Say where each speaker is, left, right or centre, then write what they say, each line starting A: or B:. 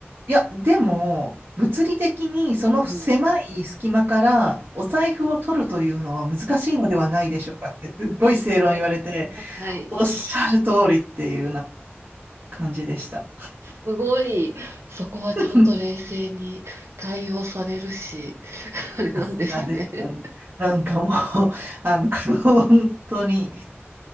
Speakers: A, on the right; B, on the right.
A: いや、でも、物理的にその狭い隙間からお財布を取るというのは難しいのではないでしょうかって、
B: うん、うん。
A: すっごい正論言われて、
B: はい、はい。
A: おっしゃる通りっていうような感じでした。
B: すごい、そこはちゃんと冷静に対応されるし、
A: <laughs>
B: <laughs> あれなんですね。
A: さすがですよね。なんかもう、あの、本当に。